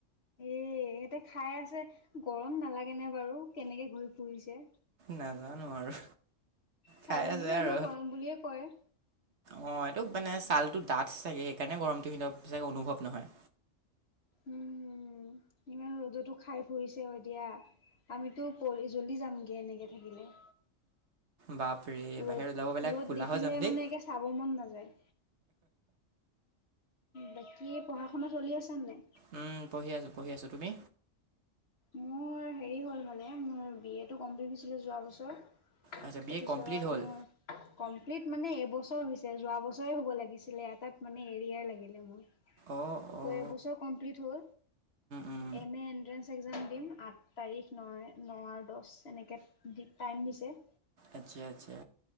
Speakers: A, on the left; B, on the right.
A: এ, ইহঁতে খাই আছে গৰম নালাগে নে বাৰু কেনেকে ঘূৰি ফুৰিছে।
B: নাজানোঁ আৰু
A: ছাগলীটো
B: খাই আছে আৰু
A: এনেও গৰম বুলিয়ে কয়। উম,
B: অ' এইটোতো মানে ছালটো ডাঠ চাগৈ সেইকাৰণে গৰমটো সি চাগে অনুভৱ নহয়।
A: উম' উম' ইমান ৰ'দতো- খাই ফুৰিছে অ' এ দিয়া আমিতো জলি যামগৈ এনেকে থাকিলে।
B: বাপৰে-
A: ৰ'দ
B: বাহিৰত ওলাব পেলাই
A: ৰ'দ
B: ক'লা
A: দেখিলে
B: হৈ যাম দেই
A: মানে একে চাব মন নাযায়। বাকী পঢ়া শুনা চলি আছে নে নাই?
B: উম' পঢ়ি আছোঁ, পঢ়ি আছোঁ তুমি
A: মোৰ হেৰি হ'ল মানে মোৰ বি এটো কমপ্লিট হৈছিলে যোৱা বছৰ
B: আচ্ছা
A: তাৰপিছত
B: বি এ কমপ্লিট হ'ল
A: মোৰ কমপ্লিট মানে এবছৰ হৈছে যোৱা বছৰে হ'ব লাগিছিলে এটাত মানে এৰিয়াৰ লাগিলে মোৰ।
B: অ' অ'।
A: এবছৰত কমপ্লিট হ'ল
B: উম
A: এনেই এনটেনস পৰীক্ষা এক্সাম দিম, আঠ তাৰিখ ন ন আৰু দহ এনেকৈ দি টাইম দিছে।
B: আচ্ছা আচ্ছা।